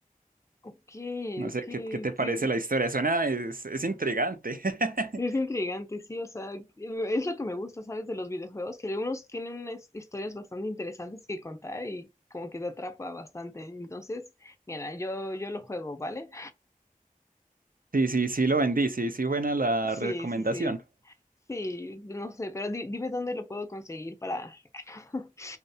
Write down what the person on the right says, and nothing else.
No
sé,
¿qué, qué te parece
la historia? Suena, es, es intrigante. <laughs>
Sí, sí, sí, lo vendí, sí, sí, buena la
recomendación.